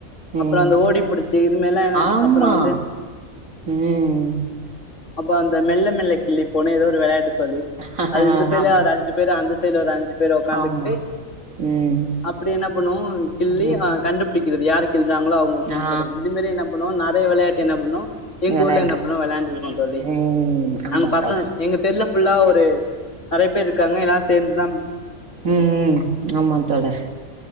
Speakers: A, on the left; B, on the right.
A: அப்புறோ
B: உம்
A: அந்த ஓடி புடிச்சு இதுமாரிலா என்ன
B: ஆமா
A: அப்புறோ வந்து
B: உம்
A: அப்ப அந்த மெல்ல மெல்ல கிள்ளி போன்ன ஏதோ ஒரு விளையாட்டு தோழி
B: ஆமா
A: அது இந்த சைடுல அத அஞ்சு பேர் அந்த சைட்ல ஒரு அஞ்சு பேர் உக்காந்துகிட்டு
B: ஆமா ம்
A: அப்டி என்ன பண்ணுவோ கிள்ளி
B: ம்
A: ஆ கண்டுபிடிக்க இது வியாருக் கில்ட்ராங்களோ அவுங்க
B: ஆ
A: இது மாரி என்ன பண்ணுவாங்க நா வெளயாட்டு என்ன பண்ணு எங்க
B: வெளையாண்ட்ருக்கோ
A: ஊர்ல என்ன பண்ணா விளையாண்டு இருக்கோ தோழி
B: ம் ஆமா
A: அங்க பசங்க
B: தோழர்
A: எங்க தெருல ஃபுல்லா ஒரு நெறய பேர் இருக்காங்க எல்லா சேந்துதா
B: உம் உம் ஆமா தோழர்